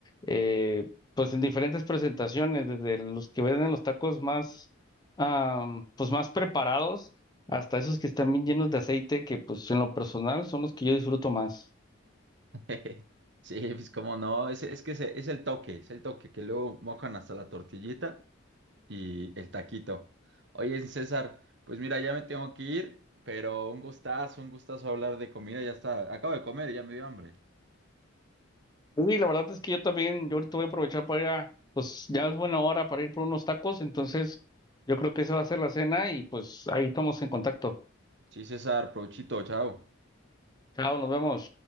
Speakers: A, on the left; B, on the right.
A: eh, pues en diferentes presentaciones, desde los que venden los tacos más, am, pues, más preparados hasta esos que están bien llenos de aceite, que, pues, en lo personal son los que yo disfruto más.
B: <laughs> Sí, pues como no, es, es que se- es el toque, es el toque, que luego mojan hasta la tortillita y el taquito. Oye, César, pues mira, ya me tengo que ir, pero un gustazo, un gustazo hablar de comida, ya está, acabo de comer, y ya me dio hambre.
A: Pues Sí, la verdad es que yo también, yo ahorita voy a aprovechar para ir a, pues ya es buena hora para ir por unos tacos, entonces yo creo que esa va a ser la cena y pues ahí estamos en contacto.
B: Sí, César, provechito, chao.
A: Chao, nos vemos.